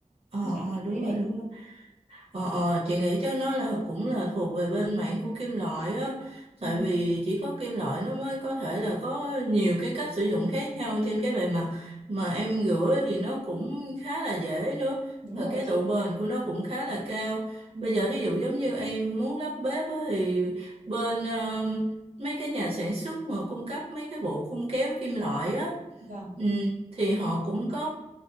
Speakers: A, on the right (about 50°); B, on the right (about 80°).
A: ờ
B: nó dạng
A: ờ,
B: kiểu
A: đúng
B: đấy đấy
A: rồi đúng rồi Ờ, ờ, chị nghĩ chắc nó là cũng là thuộc về bên mảng của kim loại á tại
B: ừ
A: vì chỉ có kim loại nó mới có thể là có nhiều cái cách sử dụng khác nhau trên cái bề mặt mà em rửa thì nó cũng khá là dễ nữa
B: đúng
A: và
B: rồi
A: cái
B: chị
A: độ bền của nó cũng khá là cao
B: ừ
A: bây giờ thí dụ giống như em muốn lắp bếp á, thì bên ờ, mấy cái nhà sản xuất mà cung cấp mấy cái bộ khung kéo kim loại á
B: vâng
A: Ừ, thì họ cũng có